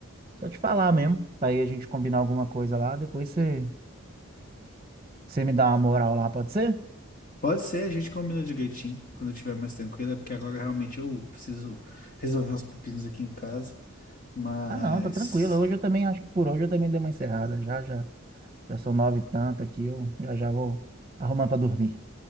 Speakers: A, on the right; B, on the left.
A: só te falar mesmo, para aí a gente combinar alguma coisa lá. Depois você, você me dá uma moral lá, pode ser?
B: Pode ser, a gente combina direitinho quando eu estiver mais tranquilo, é porque agora realmente eu preciso resolver uns pepinos aqui em casa, mas.
A: Ah, não, tá tranquilo. Hoje eu também acho que por hoje eu também dei uma encerrada já já. Já são nove e tanto aqui, eu já já vou arrumando para dormir.